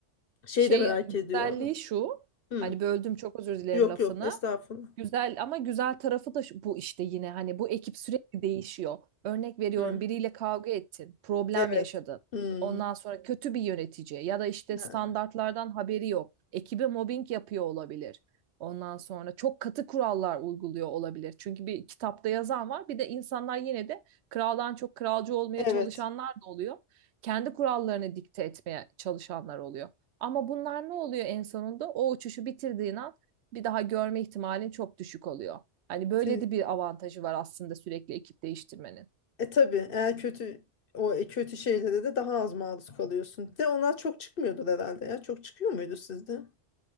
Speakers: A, on the left; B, on the right.
A: şeyi
B: şey
A: de merak
B: güzelliği
A: ediyorum.
B: şu
A: Hmm,
B: hani böldüm çok özür dilerim
A: Yok
B: lafını.
A: yok estağfurullah.
B: Güzel ama güzel tarafı da şu- bu işte yine hani bu ekip sürekli değişiyor. Örnek veriyorum
A: Hı.
B: biriyle kavga ettin, problem
A: Evet.
B: yaşadın.
A: Hı.
B: Ondan sonra kötü bir yönetici ya da işte
A: Ha,
B: standartlardan haberi yok. Ekibe mobbing yapıyor olabilir. Ondan sonra çok katı kurallar uyguluyor olabilir. Çünkü bir kitapta yazan var. Bir de insanlar yine de kraldan çok kralcı olmaya
A: Evet.
B: çalışanlar da oluyor. Kendi kurallarını dikte etmeye çalışanlar oluyor. Ama bunlar ne oluyor en sonunda? O uçuşu bitirdiğin an bir daha görme ihtimalin çok düşük oluyor. Hani böyle
A: Sin-
B: de bir avantajı var aslında sürekli ekip değiştirmenin.
A: E tabii eğer kötü o e, kötü şeylere de daha az maruz kalıyorsun. De onlar çok çıkmıyordur herhalde ya. Çok çıkıyor muydu sizde?